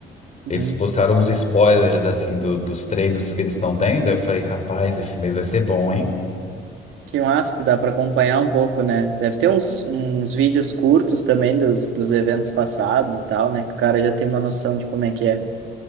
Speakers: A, on the right; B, on the left.
A: Uhum.
B: Eles postaram uns spoilers, assim, do- dos treinos que eles estão tendo. Eu falei, rapaz, esse mês vai ser bom, hein?
A: Que massa que dá pra acompanhar um pouco, né? Deve ter uns, uns vídeos curtos também dos, dos eventos passados e tal, né? Que o cara já tem uma noção de como é que é.